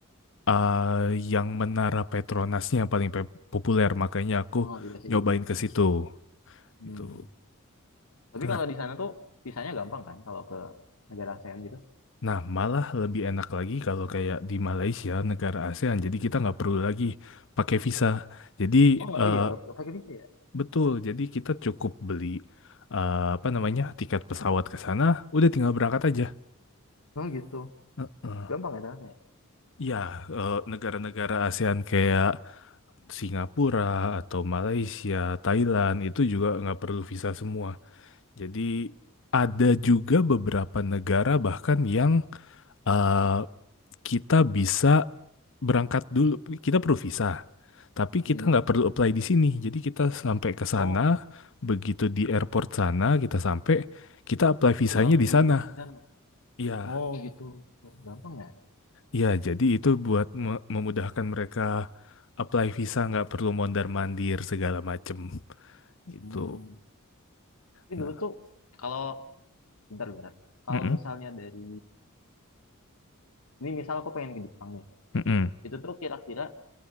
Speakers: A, on the left; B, on the left.
A: eh, yang Menara Petronasnya yang paling pe- populer, makanya aku
B: Oh iya sih
A: nyobain
B: iya,
A: ke
B: benar.
A: situ
B: Hmm.
A: gitu.
B: Tapi
A: Nah,
B: kalau di sana tuh visanya gampang kan kalau ke negara ASEAN gitu?
A: nah malah lebih enak lagi kalau kayak di Malaysia, negara ASEAN. Jadi kita nggak perlu lagi pakai visa. Jadi
B: Oh nggak,
A: eh,
B: oh iya nggak perlu pakai visa ya?
A: betul, jadi kita cukup beli eh, apa namanya tiket pesawat ke sana, udah tinggal berangkat aja.
B: Oh gitu,
A: Heeh.
B: gampang ya ternyata ya?
A: Ya, eh, negara-negara ASEAN kayak Singapura atau Malaysia, Thailand itu juga nggak perlu visa semua. Jadi ada juga beberapa negara bahkan yang eh, kita bisa berangkat dulu, kita perlu visa, tapi
B: Hmm.
A: kita nggak perlu apply di sini. Jadi kita sampai ke
B: Oh
A: sana, begitu di airport sana kita sampai, kita apply visanya
B: bisa langsung
A: di sana.
B: di di sana.
A: Iya,
B: Oh gitu, gitu. gampang ya?
A: Iya, jadi itu buat me- memudahkan mereka apply visa nggak perlu mondar-mandir segala macem gitu.
B: Hmm. Tapi
A: Nah,
B: dulu tuh kalau bentar-bentar, kalau
A: mm-mm,
B: misalnya dari ini misal aku pengen ke Jepang nih,
A: mm-mm.
B: itu tuh kira-kira